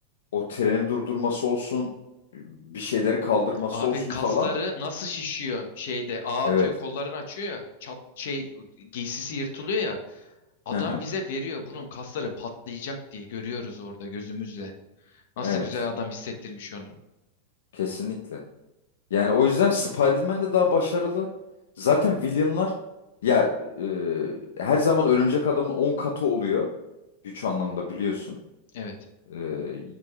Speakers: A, on the left; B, on the left.
A: o treni durdurması olsun bir şeyleri kaldırması
B: Abi
A: olsun
B: kasları
A: falan.
B: nasıl şişiyor şeyde ağ
A: Evet.
B: atıyor kollarını açıyor ya çat şey giysisi yırtılıyor ya adam
A: Hı hı.
B: bize veriyor bunun kasları patlayacak diye görüyoruz orada gözümüzle. Nasıl
A: Evet.
B: güzel adam hissettirmiş onu.
A: Kesinlikle. Yani o yüzden Spider-Man de daha başarılı. Zaten villainlar ya e, her zaman Örümcek Adam'ın 10 katı oluyor. Güç anlamında biliyorsun.
B: Evet.
A: Ee,